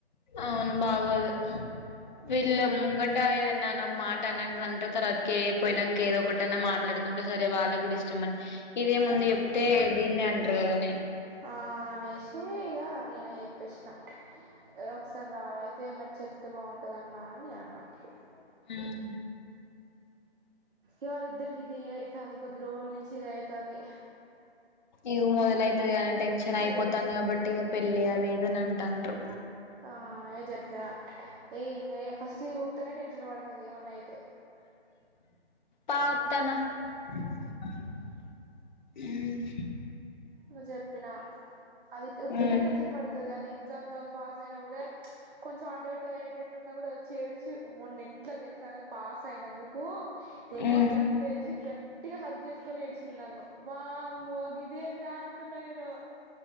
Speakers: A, on the left; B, on the right.
A: అవును బాగోదు
B: చెప్పు
A: వీలే ముంగట్ టా ఏదన్నా న్న ఒక మాట అన్నంత రతికే పోయినాంక ఏదో ఒకటనా మాట్లాడుకుంటే సరే వాళ్ళ కూడా ఇష్టమని ఇదే ముంది చెప్తే దీనే అంటరు కదనే
B: ఆ అనేసి ఇగా నేనే చెప్పేసినా ఏ ఒకసారి రా అయితే మే చెప్తే బావుంటదన్న అన్ నే అన్నా ఇగ
A: మ్మ్
B: ఇవాళ ఇద్దరికి ఇది అయితంది కొద్ది రోల్నుంచి ఇదే అయితంది
A: ఇగు మొదలైతది గద టెన్షనైపోతంద కాబట్టి పెళ్ళి అవి ఇదన్ అంటాన్రు
B: ఆ యచప్పినా ఏ ఇంగై ఫస్ట్ ఇది పూతనే టెన్షన్ పడుతది ఏమన్నా అయితే
A: పాత్తన మ్మ్
B: ను్ చెప్పిన అదిట్ వుథీనే
A: ఉమ్
B: టెన్షన్ పడతది అది ఎగ్జామ్ లో పాస్ అయిన ఉరే కొంచెం అటు ఇటు అయ్యేటట్టున్నా కూడా వచి ఏడ్చు మొన్నె ఇట్లా తెలుస మే పాస్ అయినందుకు ఎగిరి
A: ఉమ్
B: గం తేసి గట్టిగా హగ్ చేసుకొని ఏడిచింది నన్ను వామ్ గిదేన్ది రా అనుకున్న నేను